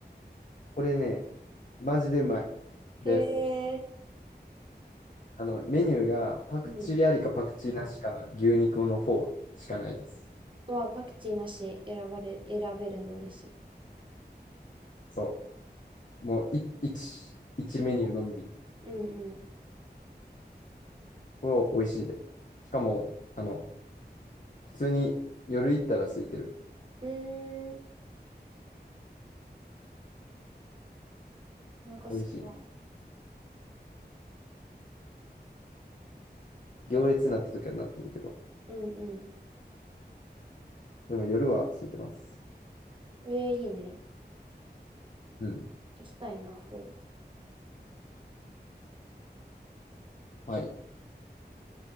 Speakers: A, on the left; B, on the right.
A: これね、マジでうまい
B: へ
A: です。
B: え。
A: あの、メニューがパクチーありかパクチーなしかの牛肉の方しかないです。
B: うん。うわ、パクチーなし選ばれ、選べるの嬉しい。
A: そう。もう、い、一、一メニューのみ。
B: うん
A: これ美味しいで。しかも、あの、普通に夜行ったら空いてる。
B: うん。うーん。お腹すくな
A: 美味しいです。行列になった時はなってるけど、
B: い。うんうん。
A: でも夜は空いてます。
B: ええいいね。
A: うん。
B: 行きたいな、フォー。
A: はい。